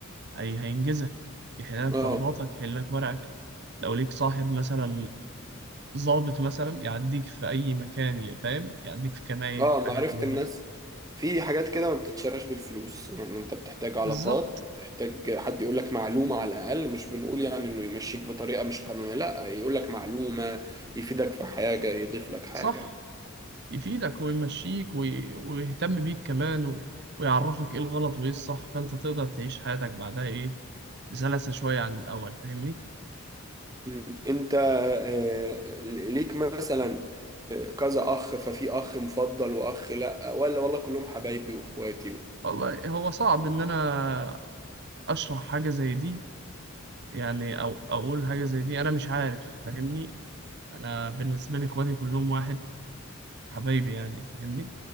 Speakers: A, on the right; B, on the right.
A: هي هينجزك يحل لك
B: اه
A: طلباتك يحل لك ورقك لو ليك صاحب مثلا ضابط مثلا يعديك في أي مكان ي- فاهم يعديك في كمائن
B: اه
A: في حاجات
B: معرفة
A: من
B: الناس
A: دي
B: في حاجات كده ما بتتشراش بالفلوس يعني انت بتحتاج علاقات
A: بالظبط
B: بتحتاج حد يقول لك معلومة على الأقل مش بنقول يعني انه يمشيك بطريقة مش قانونية لا يقول لك معلومة يفيدك في حاجة يضيف لك حاجة
A: صح يفيدك ويمشيك وي... ويهتم بيك كمان و... ويعرفك إيه الغلط وإيه الصح فأنت تقدر تعيش حياتك بعدها إيه بسلاسة شوية عن الأول فاهمني
B: مم. انت آه، ليك مثلا آه، كذا أخ ففي أخ مفضل وأخ لا ولا والله كلهم حبايبي وإخواتي
A: والله هو صعب إن أنا أشرح حاجة زي دي يعني أو أقول حاجة زي دي أنا مش عارف فاهمني أنا بالنسبة لي إخواتي كلهم واحد حبايبي يعني فاهمني